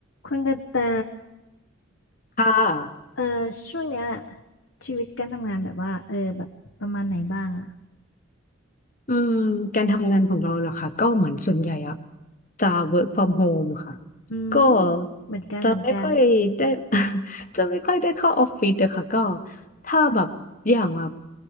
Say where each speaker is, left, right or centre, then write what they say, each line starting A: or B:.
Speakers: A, on the left; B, on the left.
A: คุณกันตา
B: ค่ะ
A: เออช่วงเนี้ยชีวิตการทำงานแบบว่าเออแบบประมาณไหนบ้างอ่ะ
B: อืมการทำงานของเราเหรอคะก็เหมือนส่วนใหญ่อะจะ work from home ค่ะ
A: อืม
B: ก็
A: เหมือนกันเหมือนกัน
B: จะไม่ค่อยได้ <laughs> จะไม่ค่อยได้เข้าออฟฟิศอะค่ะก็ถ้าแบบอย่างแบบ